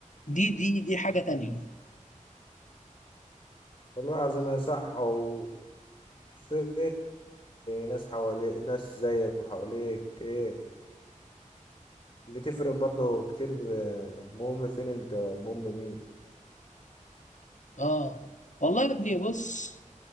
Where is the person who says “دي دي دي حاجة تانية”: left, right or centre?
Left